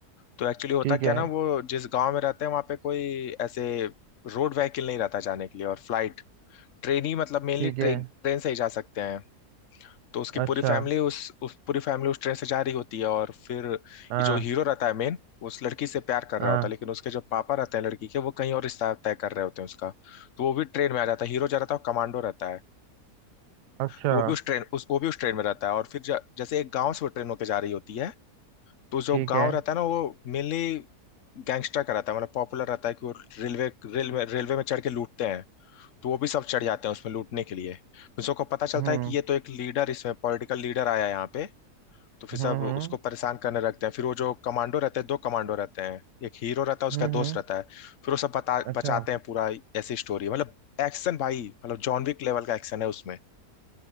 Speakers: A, on the left (about 55°); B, on the right (about 85°).
A: तो एक्चुअली होता
B: ठीक
A: क्या
B: है
A: ना वो जिस गांव में रहते हैं वहाँ पे कोई ऐसे रोड व्हीकल नहीं रहता जाने के लिए और फ्लाइट ट्रेन ही मतलब मेनली
B: ठीक
A: ट्रेन
B: है
A: ट्रेन से ही जा सकते हैं तो उसकी पूरी
B: अच्छा
A: फैमिली उस उस पूरी फैमिली उस ट्रेन से जा रही होती है और फिर
B: हाँ
A: ये जो हीरो रहता है मेन उस लड़की से प्यार कर
B: हाँ
A: रहा होता है लेकिन उसके जो पापा रहते हैं लड़की के वो कहीं और रिश्ता तय कर रहे होते हैं उसका तो वो भी ट्रेन में आ जाता है हीरो जा रहा था वो कमांडो रहता है
B: अच्छा
A: तो वो भी उस ट्रेन उस वो भी उस ट्रेन में रहता है और फिर ज, जैसे एक गाँव से वो ट्रेन होकर जा रही होती है तो जो
B: ठीक
A: गाँव
B: है
A: रहता है ना वो मेनली गैंगस्टर का रहता है मतलब पॉपुलर रहता है कि वो रेलवे रेलवे रेलवे में चढ़ के लूटते हैं तो वो भी सब चढ़ जाते हैं उसमें लूटने के लिए उन सबको पता चलता
B: हम्म
A: है कि ये तो एक लीडर इसमें पॉलिटिकल लीडर आया है यहाँ पे तो फिर
B: हम्म
A: सब उसको
B: हम्म
A: परेशान करने लगते हैं फिर वो जो कमांडो रहते हैं दो कमांडो रहते हैं एक हीरो रहता है उसका
B: हम्म
A: दोस्त
B: हम्म,
A: रहता है फिर वो सब बता
B: अच्छा
A: बचाते हैं पूरा ऐसी स्टोरी मतलब एक्शन भाई मतलब जॉन विक लेवल का एक्शन है उसमें